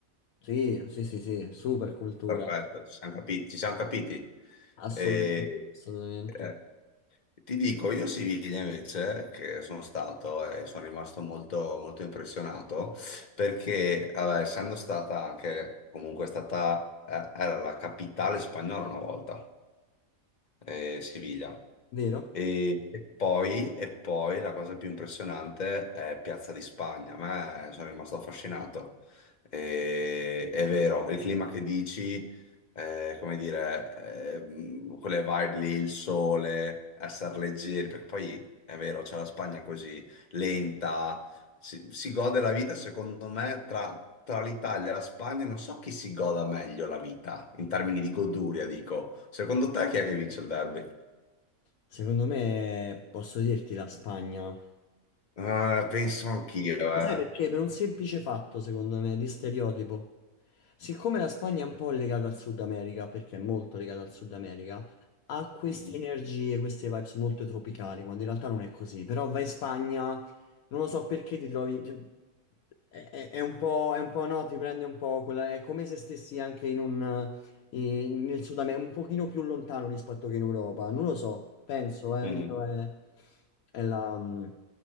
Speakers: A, on the left; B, on the left.
A: Sì, sì, sì, sì, super cultura,
B: Perfetto, ci siamo capiti. Ci siamo capiti.
A: assolutamente,
B: E,
A: assolutamente.
B: eh, ti dico, io a Siviglia invece, che sono stato e sono rimasto molto, molto impressionato, perché vabbè, essendo stata anche, comunque è stata, eh, era la capitale spagnola una volta eh, Siviglia.
A: Vero?
B: E, e poi, e poi la cosa più impressionante è Piazza di Spagna. A me sono rimasto affascinato. E- è vero, il clima che dici, eh, come dire, ehm, quelle vibe lì, il sole, essere leggeri, perché poi è vero, c'è la Spagna così lenta si, si gode la vita, secondo me, tra, tra l'Italia e la Spagna, non so chi si goda meglio la vita, in termini di goduria, dico. Secondo te chi è che vince il derby?
A: Secondo me posso dirti la Spagna.
B: Eh, penso anch'io,
A: Ma
B: eh.
A: sai perché? Per un semplice fatto, secondo me, di stereotipo. Siccome la Spagna è un po' legata al Sud America, perché è molto legata al Sud America, ha queste
B: Mhm.
A: energie, queste vibes molto tropicali, quando in realtà non è così. Però vai in Spagna, non lo so perché ti trovi... ti- È, è- è un po', è un po', no, ti prende un po' quella... È come se stessi anche in un, eh, nel Sud America, un pochino più lontano rispetto che in Europa. Non lo so, penso, eh,
B: Mhm.
A: io è, è la, mh,